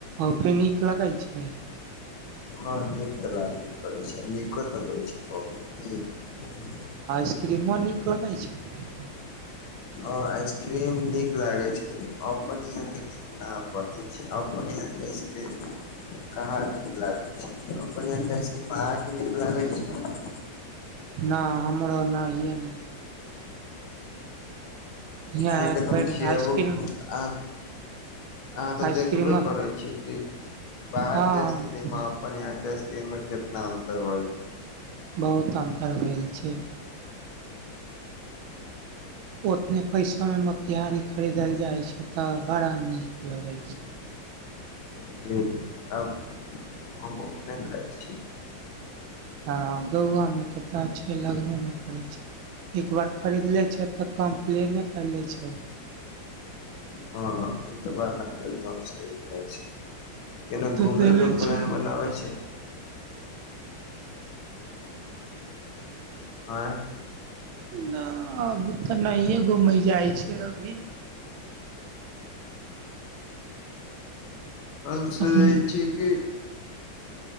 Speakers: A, on the right; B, on the left.
A: ओफी नी करैय छै
B: हँ ठीक तऽ <inaudible> लागबे करै छै नीको <inaudible> तऽ होइ छै ब ठ
A: आइस्क्रीमो नीक लगे छै <inaudible>
B: ह आइसक्रीम नीक लागे छै लेकिन अपन यहा के नीक न बनै छै अपन यहाँ के आइसक्रिम कहाँ नीक लागै छै अपन यहा के आशस्क्रिम अहाँ के नीक लागै छै
A: न हमरो न या निक हियाँ
B: अहाँ
A: एक
B: के त हम
A: बेर
B: खिबो
A: आइसक्रीम
B: अह अहाँ तऽ
A: आइसक्रीम
B: देखबे करै छी कि बाहर
A: हँ
B: के आइसक्रीम अपन यहााँ के आइसक्रीम मे कितना अन्तर भेल छै
A: बहुत अन्तर भेल छै
B: <inaudible>
A: ओतने पैसा मे मोतिहारी खरीदल जाइत छै तऽ बड़ा नीक लगै छै
B: <inaudible> जी अब हम अपने खाइ छी
A: हँ गौआमे कतेक छै लगबमे करै छै एकबार खरीद लै छै तऽ कम्प्लेने कर ले छै
B: हँ ई तऽ बात आहा एकदम सही कहै छै केने
A: तऽ
B: घुमे
A: देले
B: के प्लन
A: छै
B: बनाब छै आँइ
A: ना अभी तऽ नहिए घूमै जाइ छै अभी
B: आस
A: अपने
B: जाइ छै कि